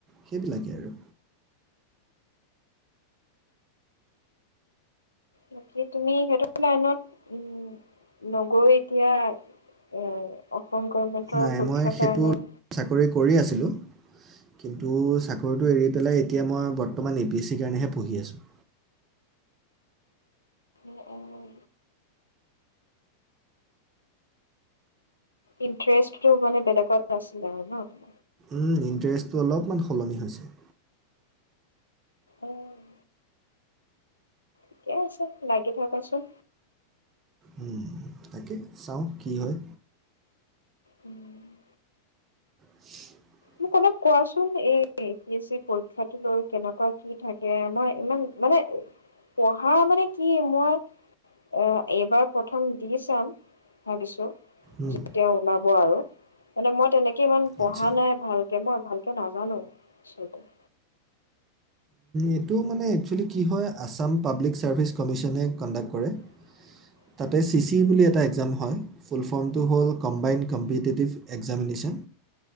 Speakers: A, on the right; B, on the left.
A: সেইবিলাকেই আৰু
B: বাকি তুমি সেইটো লাইনত উ নগৈ এতিয়া। উম অসম গভণমেণ্টৰ
A: নাই
B: পৰীক্ষাৰ
A: মই সেইটো
B: কাৰণেও।
A: চাকৰি কৰি আছিলো কিন্তু চাকৰিটো এৰি পেলাই। এতিয়া মই বতমান এ বি চি কাৰণে পঢ়ি আছো।
B: উম উম। ইষ্টটো মানে বেলেগত আছিলে আৰু ন।
A: উম ইণ্টাৰেষ্টটো অলপমান সলনি হৈছে।
B: উম। ঠিকে আছে লাগি থকাচোন।
A: উম তাকে চাওঁ কি হয়।
B: উম।
A: <unintelligible>
B: মোক অলপ কোৱাচোন এই এ পি এছ চিৰ পৰীক্ষাটো লৈ কেনেকুৱা কি থাকে মই ইমান। মানে পঢ়া মানে কি মই। এ এইবাৰ প্ৰথম দি চাম ভাবিছোঁ।
A: উম,
B: যেতিয়া তেওঁ ওলাব আৰু মানে মই তেনেকে ইমান পঢ়া
A: আচ্ছা
B: নাই। ভালকে ন ভালকে নাজানো আচলতে।
A: এইটো মানে একচুৱেলি কি হয় আছাম পাব্লিক ছাৰ্ভিচ কমিচনে কণ্ডাক্ট কৰে।
B: <inaudible>
A: তাতে চি চি ই বুলি এটা একজাম হয়। ফুল ফৰ্মটো হ'ল কম্বাইনড কম্পিটিটিভ এক্জামমিনেশ্যন